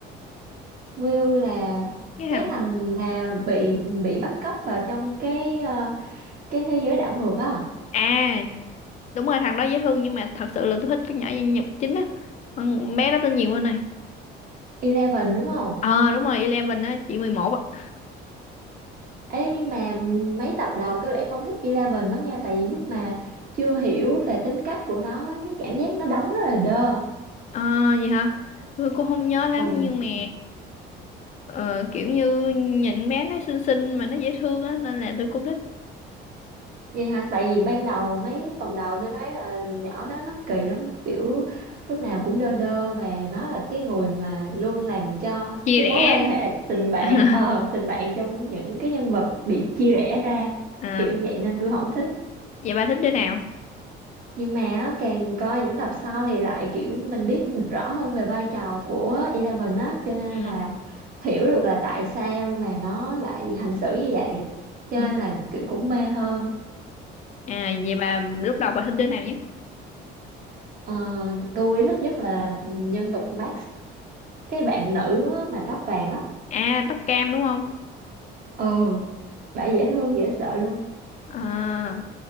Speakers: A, on the right; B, on the left.
A: Will là
B: cái thằng
A: cái thằng mà bị bị bắt cóc vào trong cái ờ, cái thế giới đảo ngược á
B: à đúng rồi thằng đó dễ thương nhưng mà thật sự là tôi thích cái nhỏ nhân vật chính á con bé đó tên gì quên này
A: Eleven đúng không
B: ờ đúng rồi Eleven á chị 11 á
A: Ê, nhưng mà mấy tập đầu tôi lại không thích Eleven lắm nha tại vì lúc mà chưa hiểu về tính cách của nó cái cảm giác nó đóng rất là đơ
B: ờ gì hả tôi cũng không nhớ lắm
A: ừ
B: nhưng mà Ờ, kiểu như nhìn bé nó xinh xinh mà nó dễ thương á nên là tôi cũng thích
A: vậy hả tại vì ban đầu mấy phần đầu tôi thấy là nhỏ đó nó kỳ lắm kiểu lúc nào cũng đơ đơ và nó là cái người mà luôn làm cho
B: chia
A: cái
B: rẽ
A: mối quan hệ tình bạn
B: <laughs>
A: ờ tình bạn trong những cái nhân vật bị chia rẽ ra
B: à,
A: kiểu vậy nên tôi không thích
B: vậy bà thích đứa nào
A: nhưng mà á, càng coi những tập sau thì lại kiểu mình biết rõ hơn về vai trò của Eleven á cho nên
B: ừ
A: là hiểu được là tại sao mà nó lại hành xử như vậy cho
B: ừ
A: nên là kiểu cũng mê hơn
B: à vậy bà lúc đầu bà thích đứa nào nhất
A: Ờ, tôi thích nhất là nhân vật Max cái bạn nữ á, mà tóc vàng á
B: à tóc cam đúng không
A: ừ bả dễ thương dễ sợ luôn
B: à,